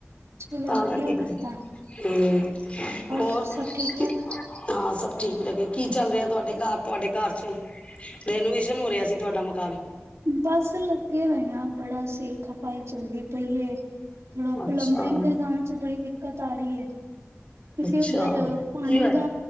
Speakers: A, on the right (about 70°); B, on the left (about 25°).
A: ਚਲੋ
B: ਤਾ
A: ਵਧੀਆ
B: ਕਰਕੇ,
A: ਕੀਤਾ
B: ਹੂੰ ਹੋਰ
A: ਸਭ
B: ਹਾਂ
A: ਠੀਕ ਠਾਕ
B: ਸਭ ਠੀਕ ਰਹੇ ਕੀ ਚੱਲ ਰਿਹਾ ਤੁਹਾਡੇ ਘਰ ਤੁਹਾਡੇ ਘਰ ਚ ਰਨੋਵੇਸ਼ਨ ਹੋ ਰਿਹਾ ਸੀ, ਤੁਹਾਡਾ ਮਕਾਨ
A: ਬਸ ਲੱਗੇ ਹੋਏ ਆ ਬੜਾ ਸਿਰ ਖਪਾਈ ਚੱਲਦੀ ਪਈ ਏ, ਥੋੜਾ
B: ਅੱਛਾ
A: ਪਲੰਬਰਿੰਗ ਦੇ ਕੰਮ ਚ ਬੜੀ ਦਿੱਕਤ ਆ ਰਹੀ ਹੈ। ਕਿਉਂਕਿ,
B: ਅੱਛਾ
A: ਉੱਧਰ ਪਾਣੀ
B: ਕੀ ਹੋਇਆ
A: ਦਾ